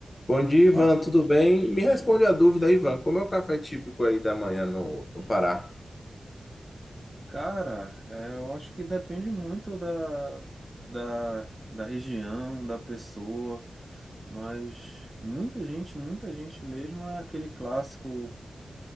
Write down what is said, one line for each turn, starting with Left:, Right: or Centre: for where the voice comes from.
Left: Bom dia, Ivan,
Right: Ah,
Left: tudo bem? Me responde a dúvida, Ivan, como é o café típico aí da manhã no, no Pará?
Right: cara, é, eu acho que depende muito da, da, da região, da pessoa, mas muita gente, muita gente mesmo é aquele clássico